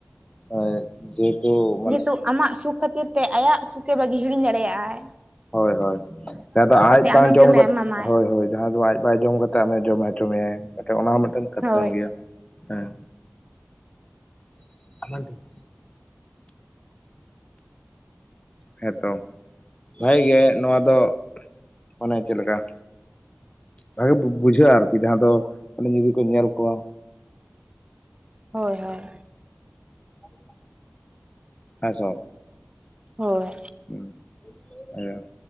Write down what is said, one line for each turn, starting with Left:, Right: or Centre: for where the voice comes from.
Left: ᱦᱚᱭ ᱡᱮ ᱦᱮ ᱛᱩ
Right: ᱡᱮᱦᱮᱛᱩ ᱟᱢᱟᱜ ᱥᱩᱠ ᱠᱷᱟᱹᱛᱤᱨ ᱛᱮ ᱟᱭᱟᱜ ᱥᱩᱠᱮ ᱵᱟᱹᱜᱤ ᱦᱤᱲᱤᱧ ᱫᱟᱲᱮᱭᱟᱜᱟᱭ
Left: ᱦᱳᱭ ᱦᱳᱭ ᱡᱟᱦᱟᱸᱫᱚ ᱟᱡ
Right: ᱟᱢᱮ
Left: ᱵᱟᱝ ᱡᱚᱢ
Right: ᱡᱚᱢᱮ
Left: ᱠᱟᱛᱮ
Right: ᱮᱢᱟᱢᱟᱭ
Left: ᱦᱳᱭ ᱦᱳᱭ ᱡᱟᱦᱟᱸ ᱫᱚ ᱟᱡ ᱵᱟᱭ ᱡᱚᱢ ᱠᱟᱛᱮᱫ ᱟᱢᱮ ᱡᱚᱢ ᱦᱚᱪᱚ ᱢᱮᱭᱟᱭ ᱚᱱᱟ ᱦᱚᱸ ᱢᱤᱫᱴᱮᱱ ᱠᱟᱛᱷᱟ
Right: ᱦᱳᱭ
Left: ᱠᱟᱱ ᱜᱮᱭᱟ ᱦᱮᱸ᱾ <unintelligible> ᱦᱮᱸᱛᱚ ᱵᱷᱟᱜᱮ ᱜᱮ ᱱᱚᱣᱟ ᱫᱚ ᱚᱱᱮ ᱪᱮᱫ ᱞᱮᱠᱟ᱾ ᱵᱷᱟᱜᱮ ᱵᱩᱡᱷᱟᱹᱜᱼᱟ ᱟᱨᱠᱤ ᱡᱟᱦᱟᱸ ᱫᱚ ᱢᱟᱱᱮ ᱡᱩᱫᱤ ᱠᱚ ᱧᱮᱞ ᱠᱚᱣᱟ᱾
Right: ᱦᱳᱭ ᱦᱳᱭ
Left: <inaudible> ᱦᱮᱸᱥᱚ
Right: ᱦᱳᱭ
Left: ᱩᱦ ᱦᱮᱸ